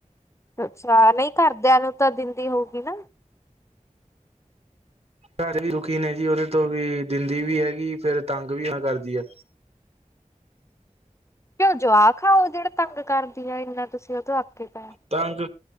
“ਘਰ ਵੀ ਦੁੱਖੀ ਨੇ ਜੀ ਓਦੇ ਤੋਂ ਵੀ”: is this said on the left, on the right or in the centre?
Right